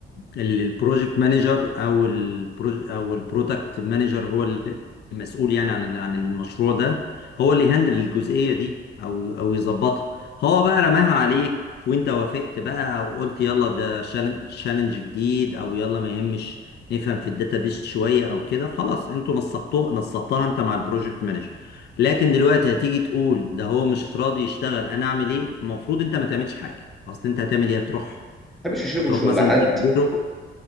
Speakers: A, on the left (about 55°); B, in the centre.
A: ال- البروجكت مانجر او البروج او البرودكت مانجر هو اللي المسؤول يعني عن ال- عن المشروع ده هو اللي يهندل الجزئيه دي او او يظبطها هو بقى رماها عليك وانت وافقت بقى وقلت يلا ده تشالنج جديد او يلا ما يهمش نفهم في الداتابيس شويه او كده خلاص انتوا نصبتوها نصبتها انت مع البروجكت مانجر لكن دلوقتي هتيجي تقول ده هو مش راضي يشتغل انا اعمل ايه المفروض انت ما تعملش حاجه اصل انت هتعمل ايه هتروح
B: ما بحبش شغل
A: هتروخ
B: شغل
A: مثلا
B: حد
A: تجبره